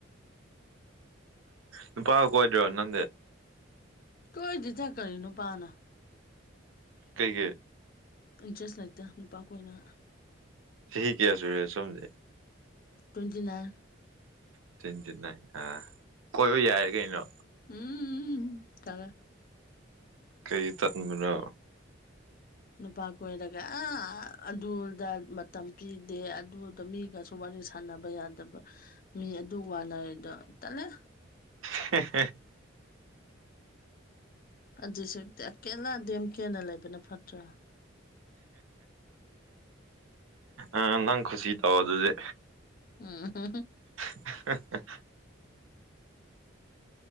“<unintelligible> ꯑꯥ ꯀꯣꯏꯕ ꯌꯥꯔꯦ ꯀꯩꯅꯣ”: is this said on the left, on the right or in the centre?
Right